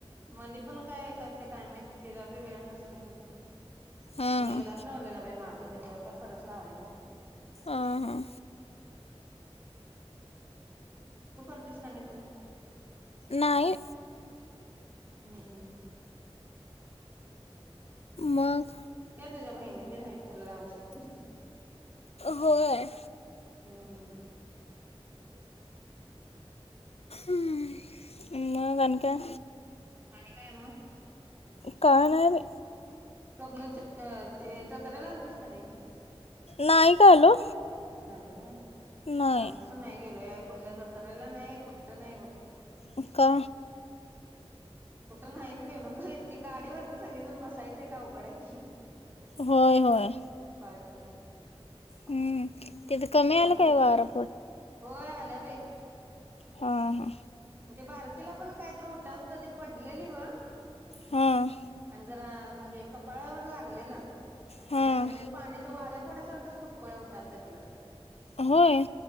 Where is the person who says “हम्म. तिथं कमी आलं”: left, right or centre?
Left